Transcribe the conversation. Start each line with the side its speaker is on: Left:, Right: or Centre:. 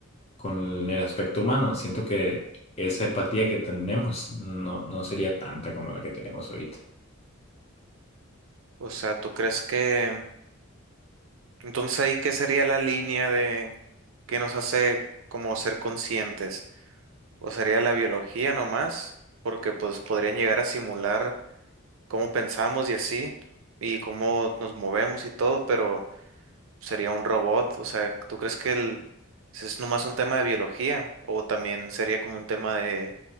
Left: con el aspecto humano. Siento que esa empatía que tenemos no, no sería tanta como la que tenemos ahorita.
Right: O sea, ¿tú crees que... Entonces ahí, ¿qué sería la línea de... que nos hace como ser conscientes? ¿O sería la biología nomás? Porque pues podrían llegar a simular cómo pensamos y así, y cómo nos movemos y todo, pero sería un robot. O sea, ¿tú crees que el... si es nomás un tema de biología? ¿O también sería como un tema de,